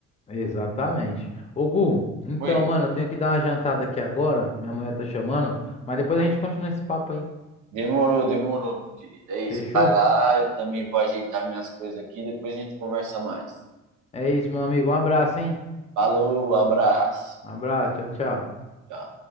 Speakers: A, on the left; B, on the right.
A: exatamente. Ô, Gu, então,
B: Fui.
A: mano, eu tenho que dar uma jantada aqui agora, minha mulher tá chamando, mas depois a gente continua esse papo aí,
B: Demorou, demorou, meu querido. É isso.
A: fechou?
B: Vai lá, eu também vou ajeitar minhas coisas aqui, depois a gente conversa mais.
A: É isso, meu amigo, um abraço, hein?
B: Falou, abraço.
A: Um abraço, tchau, tchau.
B: Tchau.